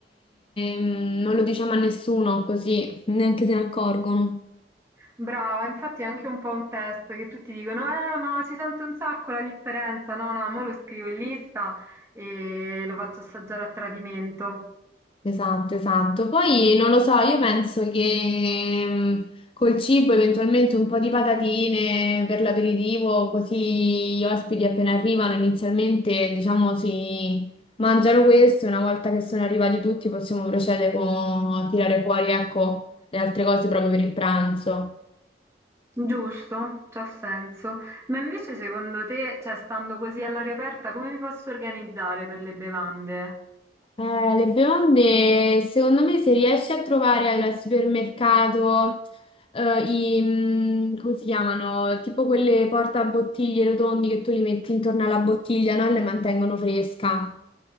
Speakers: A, on the left; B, on the right.
A: mm, non lo diciamo a nessuno così neanche se ne accorgono.
B: Brava, infatti è anche un po' un test che tutti dicono, eh, ma si sente un sacco la differenza. No, no, mo lo scrivo in lista e lo faccio assaggiare a tradimento.
A: Esatto, esatto. Poi non lo so, io penso che mm, col cibo eventualmente un po' di patatine per l'aperitivo, così gli ospiti appena arrivano inizialmente, diciamo, si mangiano questo e una volta che sono arrivati tutti possiamo procedere con a tirare fuori, ecco, le altre cose proprio per il pranzo.
B: Giusto, c'ha senso. Ma invece secondo te, cioè stando così all'aria aperta, come mi posso organizzare per le bevande?
A: Eh, le bevande, secondo me, se riesci a trovare al supermercato eh, i, mm, come si chiamano? Tipo quelle portabottiglie rotondi che tu li metti intorno alla bottiglia, no? E le mantengono fresca.